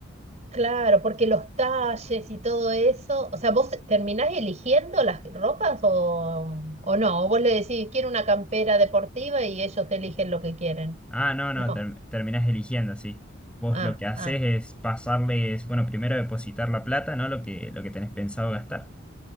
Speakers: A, on the right; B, in the centre.
A: Claro, porque los talles y todo eso, o sea, ¿vos terminás eligiendo las ropas o, o no? ¿O vos le decís, quiero una campera deportiva y ellos te eligen lo que quieren?
B: Ah, no, no,
A: No.
B: ter- terminás eligiendo, sí. Vos
A: Ah,
B: lo que haces
A: ah,
B: es pasarles, bueno, primero depositar la plata, ¿no? Lo que, lo que tenés pensado gastar.